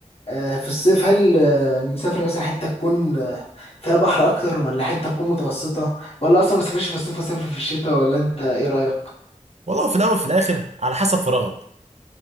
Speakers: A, on the left; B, on the right.
A: آه، في الصيف هل آه، نسافر مثلا حتة تكون آه، فيها بحر أكتر ولا حتة تكون متوسطة ولا أصلا ما سافرش في الصيف وسافر في الشتاء ولا أنت إيه رأيك؟
B: والله في الاول وفي الاخر على حسب فراغك